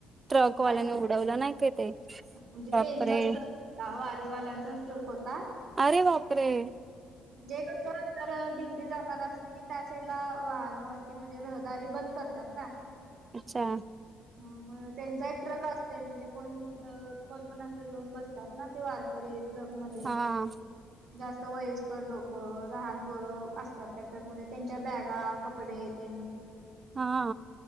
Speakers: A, on the right; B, on the right.
A: ट्रक वाल्याने
B: काय
A: उडवलं नाही ते
B: म्हणजे
A: बापरे
B: त्यांचा स्ट्रकता वारेवाल्यांचा स्ट्रोक होता
A: अरे वापरे
B: म्हणजे कस तर दिंडी जाणार अस की त्या सईला वाहनाची म्हणजे रहदारी बंद करतात ना
A: अच्छा
B: ह मग त्यांचा एक ट्रक असते म्हणजे कोण कोण पण असं जाऊन बसतात ना ते वारकरीत ट्रक मध्ये
A: हा
B: जास्त वयस्कर लोक लहानपोर असतात त्या ट्रकमध्ये त्यांच्या बॅगा कप कपडे तेन
A: हा